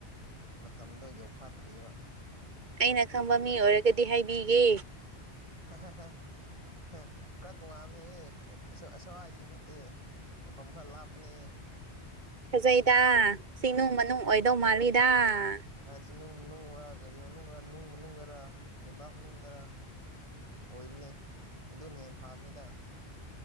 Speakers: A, on the right (about 30°); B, on the right (about 45°).
A: ꯃꯇꯝꯗꯣ ꯌꯧꯐꯥꯠꯇ꯭ꯔꯤꯕ
B: ꯑꯩꯅ ꯈꯪꯕ ꯃꯤ ꯑꯣꯏꯔꯒꯗꯤ ꯍꯥꯏꯕꯤꯒꯦ
A: ꯍꯥ ꯍꯥ ꯍꯥ ꯍꯥ ꯈꯔ ꯇꯣꯉꯥꯟꯕꯅꯦꯍꯦ ꯑ ꯑꯁꯋꯥꯏꯗꯒꯤ ꯅꯠꯇꯦ ꯃꯐꯝ ꯈꯔ ꯂꯥꯞꯄꯅꯦ
B: ꯐꯥꯖꯩꯗ ꯆꯤꯡꯅꯨꯡ ꯃꯅꯨꯡ ꯑꯣꯏꯗꯧ ꯃꯥꯜꯂꯤꯗ ꯑꯥ
A: ꯆꯤꯡꯅꯨꯡ ꯃꯅꯨꯡꯔꯥ ꯒꯥꯔꯤ ꯃꯅꯨꯡꯔꯥ ꯅꯨꯡ ꯃꯅꯨꯡꯗꯔ ꯂꯩꯕꯥꯛ ꯃꯅꯨꯡꯗꯔ ꯑꯣꯏꯕꯅꯦ ꯑꯗꯨꯅ ꯍꯦꯟꯅ ꯐꯕꯅꯦꯗ